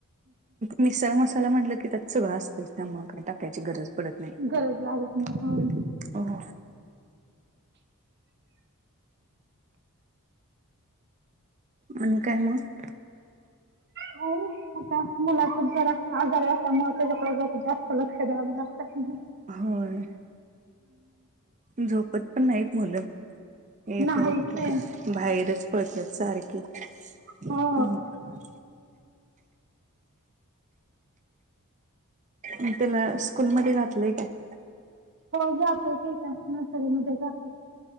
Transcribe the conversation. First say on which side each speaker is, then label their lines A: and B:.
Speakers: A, on the right (about 35°); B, on the right (about 50°).
A: मिसळं मसालां म्हटलं की त्यांत सगळं असतं त्यामुळें कांहीं टाकांयची गरजं पडतं नाहीं
B: गरज लागत नाही
A: हो मंग कायं मंग
B: हो खोटां मुलांचा जरां आजारी असल्यांमुळें त्यांच्याकडे जरां जास्तं लक्ष द्यावं लागतं
A: होयं झोपतं पणं नाहीत मुलं ए
B: नाहीच
A: बघं ठीक
B: आहे
A: बाहेरचं पळतांत सारखी हम्मं
B: हो
A: हमं मंग त्यांला स्कूंलमंध्ये घातलंय कायं
B: हो जातोयं ते कां नर्सरीमंध्यें जातोयं